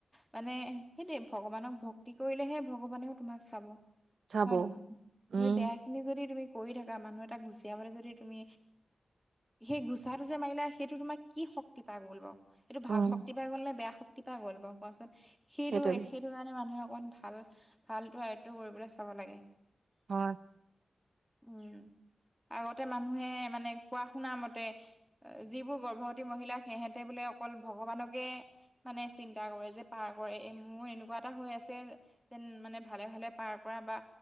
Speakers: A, in the centre; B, on the right.
A: মানে সেইটোৱেই ভগৱানক ভক্তি কৰিলেহে ভগৱানেও তোমাক চাব।
B: চাব,
A: হয় নহয়? তুমি
B: উম,
A: বেয়াখিনি যদি তুমি কৰি থকা মানুহ এটা গুচিয়াবলে যদি তুমি সেই চাহটো যে মাৰিলে সেইটো তোমাক কি শক্তি পাই গ'ল বাও? সেইটো ভাল
B: উম,
A: শক্তি পাই গ'ল নে বেয়া শক্তি? কেটা গ'ল বাও কোৱাচোন? সেইটো,
B: সেইটোৱে।
A: সেইটো কাৰণে মানুহে অকমান ভাল, ভালটো আয়ত্ত্ব কৰিবলে চাব লাগে।
B: হয়।
A: উম' আগতে মানুহে মানে কোৱা শুনা মতে অ' যিবোৰ গৰ্ভৱতী মহিলা সেহেঁতে বোলে অকল ভগৱানকে মানে চিন্তা কৰে যে, পাৰ কৰে এই মোৰ এনেকুৱা এটা হৈ আছে। যেন মানে ভালে ভালে পাৰ কৰা বা